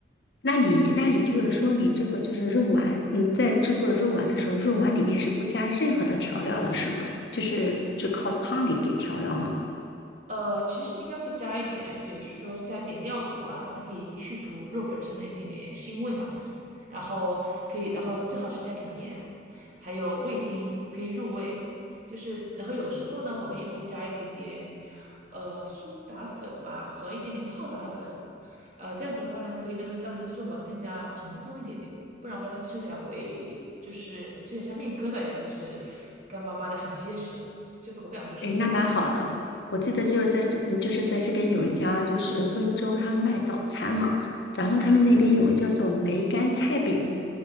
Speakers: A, on the left; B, on the right.
A: 那你那你就是说，你这个就是肉丸，你在制作肉丸的时候，肉丸里面是不加任何的调料的，是吗？就是只靠汤里给调料吗？
B: 呃，其实应该会加一点，比如说加点料酒啊，它可以去除肉本身的一点点腥味嘛。然后可以，然后最好是加点盐，还有味精可以入味。就是，然后有时候呢，我们也会加一点点，呃，苏打粉吧，和一点点泡打粉，呃，这样子的话呢，可以那个让那个肉丸更加蓬松一点点，不然的话它吃起来会就是吃起来像面疙瘩一样，就是干巴巴的，很结实的，就口感不是很好
A: 哎，那蛮好的。我记得就是在这，就是在这边有一家就是温州，他卖早餐嘛，然后他们那边有个叫做梅干菜饼，